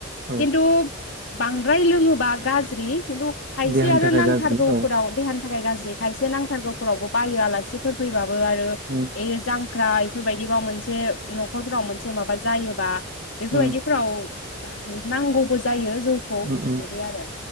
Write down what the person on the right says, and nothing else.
औ
देहानि
थाखाय
गाज्रि औ
उम
उम
उम उम